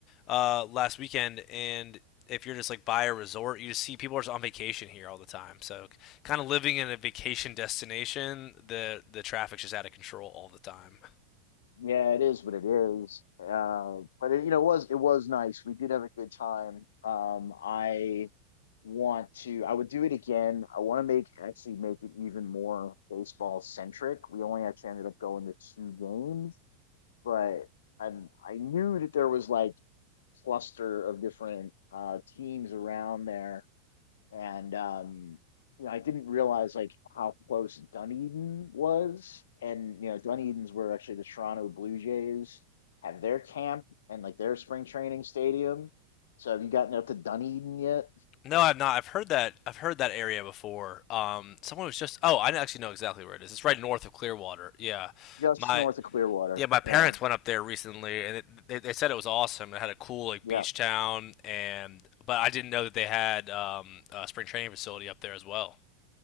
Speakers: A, on the left; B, on the left.
A: uh, last weekend, and if you're just like by a resort, you just see people are just on vacation here all the time. So, kind of living in a vacation destination, the the traffic's just out of control all the time.
B: Yeah, it is what it is. Uh, but it, you know, it was it was nice. We did have a good time. Um, I want to, I would do it again. I want to make actually make it even more baseball centric. We only actually ended up going to two games, but I I knew that there was like cluster of different uh teams around there, and um, you know, I didn't realize like how close Dunedin was, and you know, Dunedin's where actually the Toronto Blue Jays have their camp and like their spring training stadium. So have you gotten up to Dunedin yet?
A: No, I've not. I've heard that. I've heard that area before. Um, someone was just. Oh, I actually know exactly where it is. It's right north of Clearwater. Yeah,
B: just
A: my
B: north of Clearwater.
A: Yeah, my parents
B: Yeah,
A: went up there recently, and it, they they said it was awesome. It had a cool like
B: yeah,
A: beach town, and but I didn't know that they had um, a spring training facility up there as well.